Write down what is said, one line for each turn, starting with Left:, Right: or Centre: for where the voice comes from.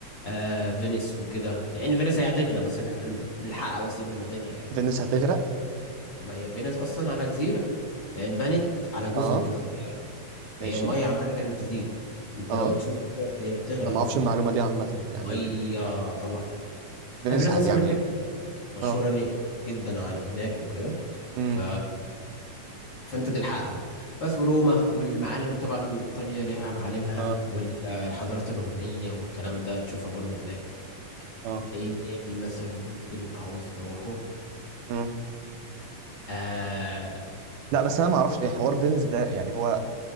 Left: آه فينيس وكده يعني فينيس هي هتغرق بس نح- نلحقها بس قبل ما تغرق يعني
Right: فينيس هتغرق
Left: ما هي فينيس اصلا على جزيره يعني اتبنت على جزر
Right: اه
Left: كده صغيره فهي
Right: ماشي
Left: الميه عماله كانت تزيد انت
Right: اه
Left: لو تشوف بجد هي بتغرق
Right: انا ما
Left: اصلا
Right: اعرفش المعلومه
Left: يعني
Right: دي عامه يعني
Left: ميه طلع
Right: فينيس
Left: يعني فينيس
Right: هت
Left: اصلا
Right: يعني
Left: من مشهورة
Right: اه
Left: يعني جدا عن هناك وكده
Right: امم
Left: ف فانت تلحقها بقى. بس وروما والمعالم طبعا ايطاليا ليها معالمها
Right: اه
Left: والحضارات الرومانية والكلام ده تشوفها برضو هناك
Right: اه
Left: ايه تاني مثلا ممكن اعوز اروحه
Right: امم
Left: آه
Right: لا بس انا ما اعرفش ايه حوار فينيس ده يعني هو